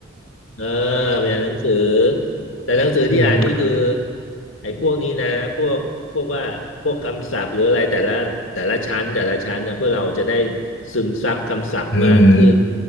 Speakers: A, on the left (about 70°); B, on the left (about 85°).
A: เออไปอ่านหนังสือแต่หนังสือที่อ่านนี่คือ
B: อืม
A: ไอ้พวกนี้นะพวกพวกว่าพวกคำศัพท์หรืออะไรแต่ละแต่ละชั้นแต่ละชั้นนะเพื่อเราจะได้ซึมซับคำศัพท์มากขึ้น
B: อืม